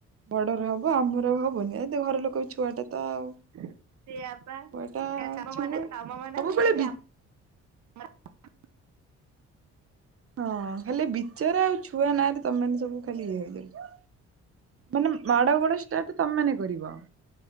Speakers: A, on the right (about 50°); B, on the right (about 65°).
A: ବଡର ହବ ଆମର ଆଉ ହବନି ଏମିତି ଘର ଲୋକ କହିବେ ଛୁଆଟା। ତ ଆଉ
B: ସେଇଆ ପା
A: ଛୁଆଟା
B: <inaudible> ତମମାନଙ୍କ
A: ଛୁଆ
B: ତମମାନଙ୍କର
A: ସବୁବେଳେ
B: ହେଇ
A: ବି
B: <unintelligible>
A: ହଁ ଖାଲି ବିଚରା ଆଉ ଛୁଆ ନାଁଆରେ ତମେମାନେ ସବୁ ଖାଲି ଇଏ ହେଇଯାଉଚ। ମାନେ ମାଡଗୋଳ ଷ୍ଟାର୍ଟ ତମମାନେ କରିବ?